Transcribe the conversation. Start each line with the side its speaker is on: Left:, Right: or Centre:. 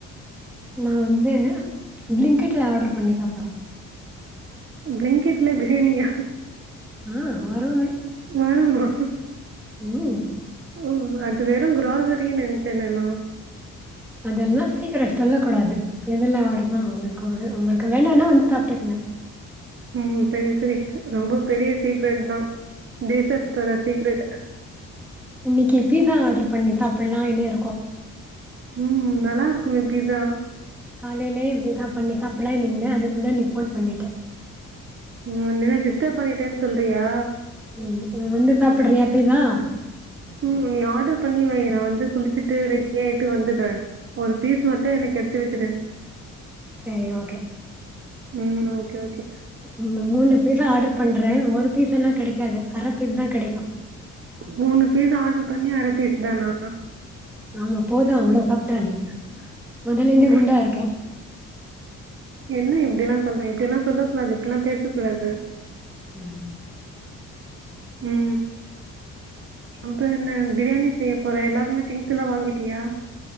Centre: நா வந்து ப்ளிங்கெட்ல ஆடர் பண்ணி தா ப்லோ
Right: ப்ளிங்கெட்ல பிரியாணியா
Centre: ஆ வரோமே
Right: வருமா
Centre: வ்வூ
Right: ம் அது வெறு க்ராசரினு நென்ச்சேனேனோ
Centre: அதெல்லா சீக்ரட் சொல்லக்கூடாது எதுல ஆடுதா அவனுக்கு அது உங்களுக்கு வேணனா வந்து சாப்ட்டுக்குங்க
Right: ம் சேரி சேரி ரொம்ப பெரிய சீக்ரெட் தா தேசத் தோட சீக்ரெட்
Centre: இன்னிக்கு இப்பி தா ஆடர் பண்ணி தாப்புலா இனி இருக்கோ
Right: ம் நல்லா இருக்குமே பிசா
Centre: காலேலே விதா பண்ணி தப்லே நின்ன அதுக்குள்ள நீ ஃபோன் பண்ணிட்டே
Right: உ நினா டிஸ்டப் பண்ணிட்டேன் சொல்றியா
Centre: ம் உ வந்து சாப்புட்றீயா பிசா
Right: ம் நீ ஆடர் பண்ணி வை நா வந்து குளிச்சிட்டு ரெடி ஆயிட்டு வந்துறே ஒரு பீஸ் மட்டு எனக்கு எடுத்து வச்சுடு
Centre: சேரி ஓகே
Right: ம் ஓகே ஓகே
Centre: ம்மு மூணு பீஸா ஆடர் பண்றே ஒரு பீஸல்லா கெடைக்காது அர பீட் தா கெடைக்கு
Right: மூணு பீஸா ஆடர் பண்ணி அர பீஸ் தானா
Centre: ஆமா போது அவ்வளோ சாப்ட்டாடி முதல்ல இருந்தே
Right: ம்
Centre: குண்டா இருக்கே
Right: என்ன இப்டி எல்லா சொல்ற இப்டி எல்லா சொல்லக்கூடாது இப்டில்லா பேசக்கூடாது
Centre: ம்
Right: ம் அப்புறோ என்ன பிரியாணி செய்ய போற எல்லாமே திங்ஸ் எல்லா வாங்கிட்டியா